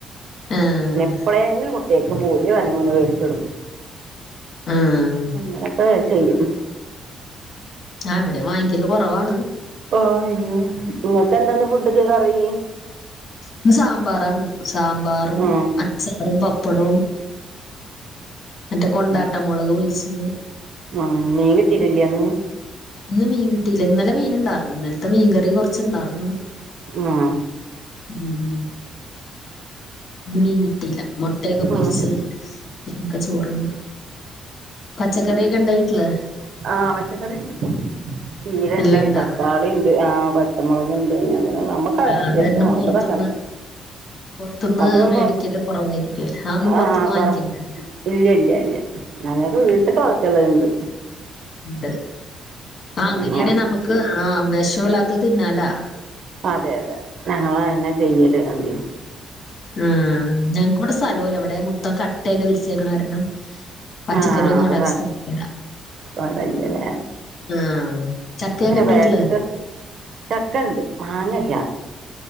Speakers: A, on the left; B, on the right.
A: ആഹ്
B: എപ്പോളെലും പ്പ പൂതി വരുമ്പോ മേടിച്ചു കൊടുക്കും
A: ആഹ് ആഹ്
B: അങ്ങനെയൊക്കെ ചെയ്യും
A: ആഹ് ഇവിടീം വാങ്ങിക്കല് കൊറവാണ്
B: ആഹ് ഇങ്ങക്ക് എന്താണ് ഫുഡ് ക്ക് കറി
A: ഇന്ന് സാമ്പാറാര്ന്നു സാമ്പാറും
B: ആഹ്
A: അച്ചാറും പപ്പടവും <inaudible>
B: ഉം
A: മൊളക് പൊരിച്ചത്
B: ആഹ് മീൻ കിട്ടീട്ടില്ല ഇന്ന്
A: ഇന്ന് മീൻ കിട്ടിയില്ല ഇന്നലെ മീൻ ഇണ്ടായിർന്നു ഇന്നലത്തെ മീൻകറി കൊറച്ചുണ്ടാർന്ന്
B: ആഹ്
A: ഉം ഇന്ന് മീൻ കിട്ടീല്ല. മൊട്ടയൊക്കെ പൊര്ച്ച്
B: ആഹ്
A: പിന്നൊക്ക ചോറൊന്ന് പച്ചക്കറികെണ്ടോ വീട്ടില്
B: ആഹ് പച്ചക്കറിണ്ട് ചീരണ്ട്
A: എല്ലാം ഇണ്ടാ
B: തക്കാളി ഉണ്ട് ആഹ് പച്ചമൊളക്ണ്ട് അങ്ങനെള്ള നമ്മക്ക് ക്ക
A: ആഹ്
B: അത്യാവശ്യ
A: അത് കാരണം
B: വേണ്ടതൊക്കെണ്ട്.
A: പൊറത്ത്ന്ന് പൊറത്ത്ന്ന്
B: അതൊന്നും
A: മേടിക്കല്
B: പൊർത്ത.
A: കൊറവായിരിക്കുംല്ലേ അതൊന്നും
B: ആഹ്
A: പൊറത്ത്ന്ന്
B: കൊറ
A: വാങ്ങിക്കലില്ലല്ലേ
B: ഇല്ല ഇല്ല ഇല്ല ഞങ്ങൾക്ക് വീട്ട്ക്ക് ആവ്സ്യള്ളണ്ട്
A: ഉണ്ട് ആ അങ്ങനെയാണെ
B: അങ്ങനൊക്കെ
A: നമുക്ക് ആഹ വിഷല്ലാത്ത തിന്നാലാ
B: അതെ അതെ ഞങ്ങൾന്നെ ചെയ്യല് എന്ത
A: ആ ഞങ്ങക്ക് ഇവിടെ സ്ഥലമില്ല ഇവിടെ മൊത്തം കട്ടായൊക്കെ വിരിച്ചേക്കണ കാരണം പച്ചക്കറിയൊന്നും
B: ആഹ അപ്പൊ
A: നടാൻ സ്ഥലവുല്ല
B: സ്ഥലയില്ലല്ലേ
A: ആഹ് ചക്കയൊക്കെ
B: പിന്നെ
A: ഇണ്ട്
B: ബേക്കക്കെ
A: വീട്ടില്
B: ചക്കണ്ട് മാങ്ങ ഇല്ല്യ